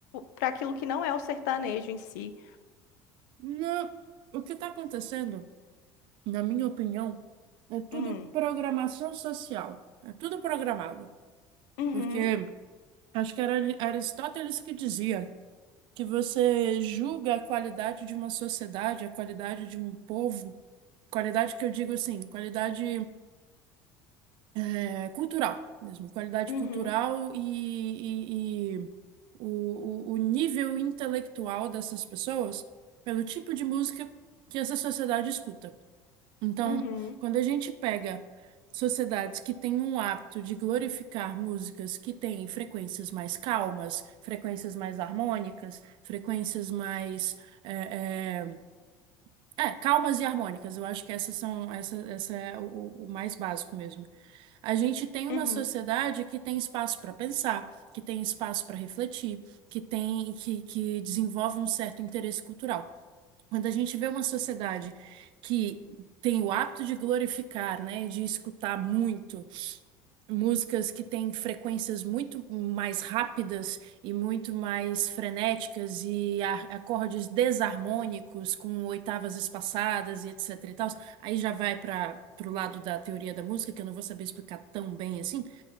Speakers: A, on the left; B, on the right.
A: para aquilo que não é o sertanejo em si.
B: Não, o que está acontecendo, na minha opinião, é tudo
A: Hum.
B: programação social. É tudo programado.
A: Uhum,
B: Porque acho que era Ari- Aristóteles que dizia. que você julga a qualidade de uma sociedade, a qualidade de um povo, qualidade que eu digo assim, qualidade é, cultural mesmo, qualidade
A: uhum,
B: cultural e, e- e o, o, o nível intelectual dessas pessoas pelo tipo de música que essa sociedade escuta. Então,
A: uhum,
B: quando a gente pega sociedades que têm um hábito de glorificar músicas que têm frequências mais calmas, frequências mais harmônicas, frequências mais é, é, é, calmas e harmônicas, eu acho que essas são essa, essa é o, o mais básico mesmo. A gente tem uma
A: uhum,
B: sociedade que tem espaço para pensar, que tem espaço para refletir, que tem que, que desenvolve um certo interesse cultural. Quando a gente vê uma sociedade que tem o hábito de glorificar, né, e de escutar muito músicas que têm frequências muito mais rápidas e muito mais frenéticas e a- acordes desarmônicos com oitavas espaçadas e etc e tal, aí já vai para pro lado da teoria da música, que eu não vou saber explicar tão bem assim.